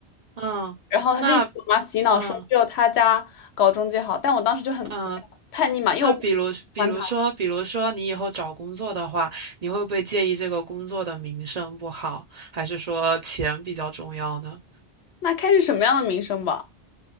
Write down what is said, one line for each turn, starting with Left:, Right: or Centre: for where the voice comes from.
Right: 嗯那
Left: 然后他就一直给我妈洗脑说只有他家搞中介好，
Right: 嗯
Left: 但我当时就很
Right: 嗯
Left: 叛逆嘛，因为我不喜欢他。
Right: 那比如，比如说，比如说，你以后找工作的话，你会不会介意这个工作的名声不好，还是说钱比较重要呢？
Left: 那开是什么样的名声吧？